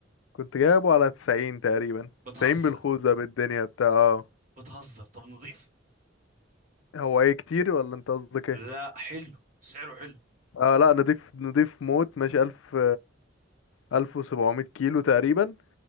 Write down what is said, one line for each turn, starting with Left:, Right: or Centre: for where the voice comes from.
Left: كنت جايبه على 90 تقريبا
Right: بتهزر
Left: 90 بالخوذة بالدنيا بتاع اه
Right: بتهزر طب نضيف
Left: هو ايه كتير ولا انت قصدك
Right: لا
Left: ايه
Right: حلو سعره حلو
Left: اه لا نضيف نضيف موت ماشي 1000 1700 كيلو تقريبا